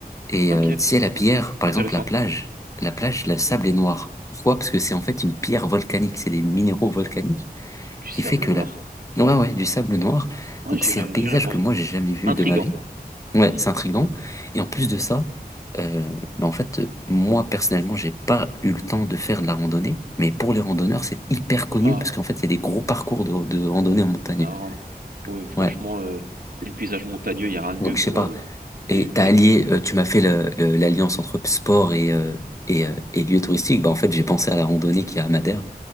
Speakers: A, on the left; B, on the right.
A: Et
B: Ok,
A: euh, tu sais, la pierre,
B: ok.
A: par
B: Intéressant.
A: exemple, la plage, la plage, le sable
B: Oui.
A: est noir. Pourquoi? Parce que c'est en fait une pierre volcanique, c'est des minéraux volcaniques
B: Du sable
A: qui fait que
B: noir.
A: la... Ouais, ouais, du sable noir.
B: Ouais,
A: Donc
B: j'irai,
A: c'est un paysage
B: j'irai voir.
A: que moi j'ai jamais vu
B: Intriguant.
A: de ma vie. Ouais,
B: Hmm,
A: c'est intriguant. Et en plus
B: hmm.
A: de ça, euh, bah en fait, euh, moi personnellement, j'ai pas eu le temps de faire de la randonnée, mais pour les randonneurs, c'est hyper connu
B: Ah,
A: parce qu'en fait, il y a des gros parcours de, de randonnée en montagne.
B: ah, en- ouais, franchement,
A: Ouais.
B: euh, les paysages montagneux, il y a rien de
A: Donc
B: mieux
A: je
B: pour.
A: sais pas.
B: euh,
A: Et
B: c'est-
A: t'as
B: ouais.
A: allié, euh, tu m'as fait le- le- l'alliance entre sport et, euh, et, euh, et lieu touristique. Bah en fait, j'ai pensé à la randonnée qui est à Madère.